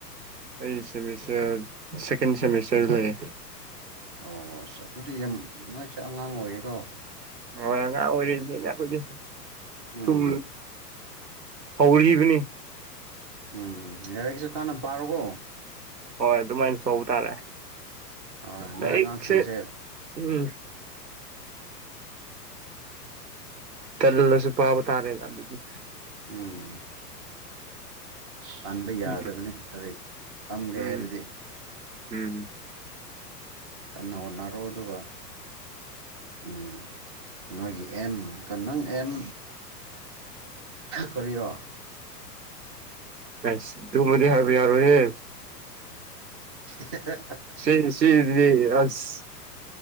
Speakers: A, on the right; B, on the right.
A: ꯑꯩꯠ ꯁꯤꯦꯃꯤꯁꯇꯔ ꯁꯀꯦꯟ ꯁꯤꯦꯃꯤꯁꯇꯔ ꯂꯩꯌꯦ
B: ꯑꯣ ꯑꯁ ꯑꯗꯨꯗꯤ ꯌꯥꯝ ꯅꯨꯡꯉꯥꯏꯁꯦ ꯑꯉꯥꯡ ꯑꯣꯏꯌꯦꯦꯀꯣ
A: ꯍꯣꯏ ꯑꯉꯥꯡ ꯑꯣꯏꯅꯤꯅ ꯑꯩꯈꯣꯏꯗꯤ
B: ꯎꯝ
A: ꯊꯨꯝ ꯍꯧꯔꯤꯕꯅꯤ
B: ꯎꯝ ꯌꯥꯔꯤꯛꯁꯨ ꯀꯥꯟꯅ ꯄꯥꯔꯣꯒꯣ
A: ꯍꯣꯏ ꯑꯗꯨꯃꯥꯏꯅ ꯇꯧꯕ ꯇꯥꯔꯦ
B: ꯍꯣꯏ ꯅꯣꯏ
A: ꯂꯥꯏꯔꯤꯛꯁꯦ
B: ꯑꯉꯥꯡꯁꯤꯡꯁꯦ
A: ꯎꯝ ꯇꯜ ꯂꯁꯨ ꯄꯕ ꯇꯥꯔꯦ ꯇꯥ ꯑꯗꯨꯗꯤ
B: ꯎꯝ ꯇꯥꯟꯕ ꯌꯥꯗꯕꯅꯤ
A: ꯎꯝ
B: ꯀ ꯇꯝꯒꯦ
A: ꯎꯝ
B: ꯍꯥꯏꯔꯗꯤ
A: ꯎꯝ
B: ꯀꯟꯅ ꯍꯣꯠꯅꯔꯣ ꯑꯗꯨꯒ ꯎ ꯅꯣꯏꯒꯤ ꯑꯦꯝ ꯀ ꯅꯪ ꯑꯦꯝ ꯀꯔꯤꯔꯣ
A: ꯁ ꯇꯨꯃꯗꯤ ꯍꯥꯏꯕ ꯌꯥꯔꯣꯏꯍꯦ
B: <inaudible>
A: ꯁꯤ ꯁꯤ ꯂꯩ ꯑꯁ